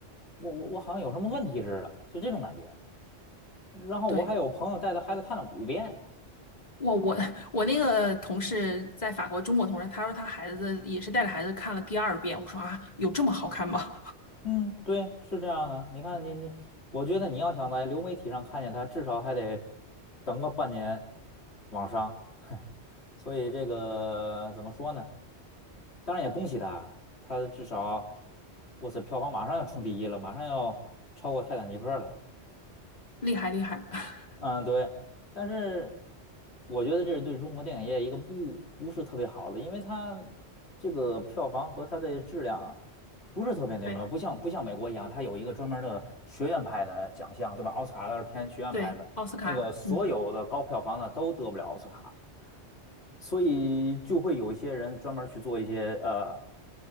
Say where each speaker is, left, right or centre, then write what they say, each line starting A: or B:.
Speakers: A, on the left; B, on the left.
A: 我我我好像有什么问题似的，就这种感觉。然后我还有朋友带着孩子看了五遍。
B: 对。我我 <laughs> 我那个同事在法国，中国同事，他说他孩子也是带着孩子看了第二遍。我说啊，有这么好看吗？
A: 嗯，对，是这样的。你看你你，我觉得你要想在流媒体上看见他，至少还得等个半年往上。<laughs> 所以这个怎么说呢？当然也恭喜他，他至少，哇塞，票房马上要冲第一了，马上要超过《泰坦尼克》了。
B: <laughs> 厉害厉害，<laughs>
A: 嗯，对，但是我觉得这是对中国电影业一个不不是特别好的，因为它这个票房和它的质量不是特别那么，
B: 对
A: 不像不像美国一样，它有一个专门儿的学院派的奖项，对吧？奥斯卡它是偏学院派的，
B: 对，奥斯卡，
A: 那个所有的高票房的都得不了奥斯卡，
B: 嗯，
A: 所以就会有一些人专门儿去做一些呃